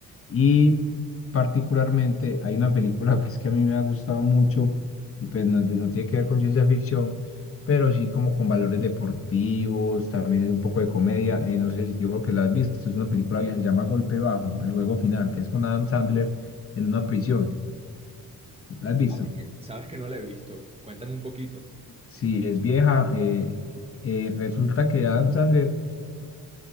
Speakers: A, on the left; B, on the right.
A: y particularmente hay una película <laughs> pues que a mí me ha gustado mucho y pues no, no tiene que ver con ciencia ficción, pero sí como con valores deportivos, también es un poco de comedia, eh, no sé, si- yo creo que la has visto, es una película que se llama Golpe Bajo, el juego final, que es con Adam Sandler en una prisión. ¿La has visto?
B: Sabes que, sabes que no la he visto. Cuéntame un poquito.
A: Sí, es vieja. eh, eh, resulta que Adam Sandler